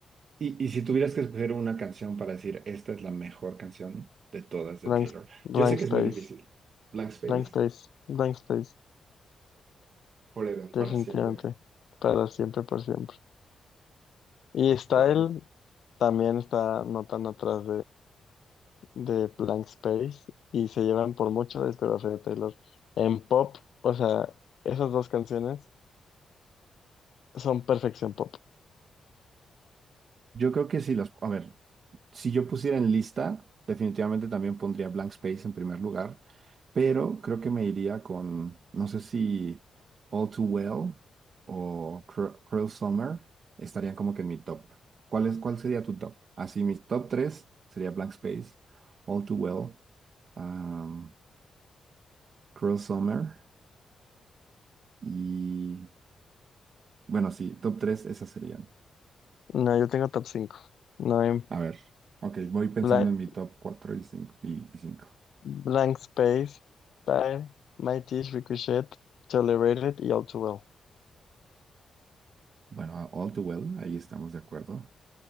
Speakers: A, on the right; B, on the left.
A: Y, y si tuvieras que escoger una canción para decir, esta es la mejor canción de todas de
B: Blank,
A: Taylor,
B: Blank
A: yo sé que
B: Space,
A: es muy difícil. Blank Space,
B: Blank Space, Blank Space,
A: Forever,
B: definitivamente.
A: para siempre.
B: Para siempre, por siempre. Y Style
A: Wow.
B: también está no tan atrás de Blank Space y se llevan por mucho la discografía de Taylor. En pop, o sea, esas dos canciones son perfección pop.
A: Yo creo que sí las, a ver, Si yo pusiera en lista, definitivamente también pondría Blank Space en primer lugar, pero creo que me iría con, no sé si All Too Well o Cru- Cruel Summer estarían como que en mi top. ¿Cuál es, cuál sería tu top? Así, mis top tres sería Blank Space, All Too Well, um, Cruel Summer y, bueno, sí, top tres esas serían.
B: No, yo tengo top cinco. No, en
A: A ver, ok, voy pensando
B: Bla-
A: en mi top cuatro y cinco. Y, y cinco.
B: Blank, Space, Time, My Teeth, Ricochet, Tolerated y All Too Well.
A: Bueno, All Too Well, ahí estamos de acuerdo.